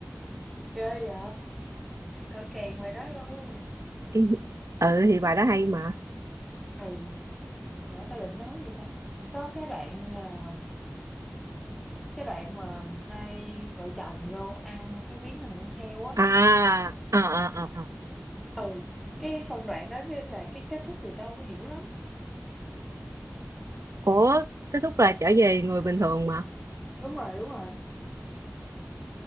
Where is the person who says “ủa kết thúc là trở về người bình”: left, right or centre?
Right